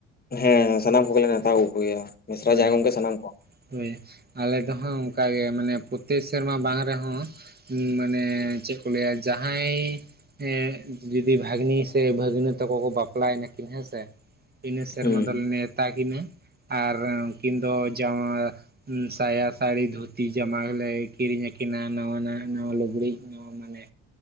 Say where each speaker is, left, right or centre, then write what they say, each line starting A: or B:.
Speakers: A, on the left (about 30°); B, on the right (about 30°).
A: ᱦᱮᱸ ᱥᱟᱱᱟᱢ ᱠᱚᱜᱮᱞᱮ ᱱᱮᱣᱛᱟ ᱟᱹᱜᱩ ᱠᱚᱜᱮᱭᱟ ᱢᱤᱥᱨᱟᱼᱡᱟᱣᱟᱭ
B: ᱦᱳᱭ
A: ᱜᱚᱝᱠᱮ ᱥᱟᱱᱟᱢ ᱠᱚ᱾
B: ᱦᱳᱭ ᱟᱞᱮ ᱫᱚᱦᱟ ᱚᱱᱠᱟ ᱜᱮ ᱢᱟᱱᱮ ᱯᱚᱨᱛᱮᱠ ᱥᱮᱨᱢᱟ ᱵᱟᱝ ᱨᱮᱦᱚᱸ ᱢᱟᱱᱮ ᱪᱮᱫ ᱠᱚ ᱞᱟᱹᱭᱟ ᱡᱟᱦᱟᱸᱭ ᱮᱫ ᱡᱩᱫᱤ ᱵᱷᱟᱹᱜᱽᱱᱤ ᱥᱮ ᱵᱷᱟᱹᱜᱽᱱᱟᱹ ᱛᱟᱠᱚ ᱠᱚ ᱵᱟᱯᱞᱟᱭᱱᱟ ᱠᱤᱱ ᱦᱮᱸ ᱥᱮ? ᱤᱱᱟᱹ ᱥᱮᱨᱢᱟ
A: ᱦᱩᱸ
B: ᱫᱚᱞᱮ ᱱᱮᱣᱛᱟ ᱠᱤᱱᱟᱹ, ᱟᱨ ᱩᱱᱠᱤᱱ ᱫᱚ ᱡᱣᱟᱭ ᱩᱢ ᱥᱟᱭᱟ ᱥᱲᱤ ᱫᱷᱩ ᱛᱤ ᱡᱟᱢᱟ ᱠᱚᱞᱮ ᱠᱤᱨᱤᱧ ᱟᱠᱤᱱᱟ ᱱᱟᱣᱟ ᱱᱟ ᱱᱟᱣᱟ ᱞᱩᱜᱽᱲᱤᱡ ᱱᱚᱣᱟ ᱢᱟᱱᱮ,